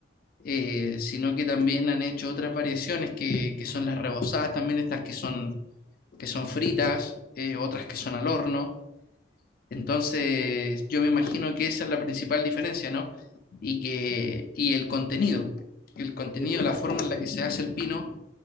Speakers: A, on the left (about 50°); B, on the right (about 55°).
A: eh, sino que también han hecho otras variaciones que, que son las rebozadas, también estas que son, que son fritas, eh, otras que son al horno. Entonces, yo me imagino que esa es la principal diferencia, ¿no? Y que, y el contenido, el contenido,
B: Y el contenido,
A: la forma en la que se hace el pino,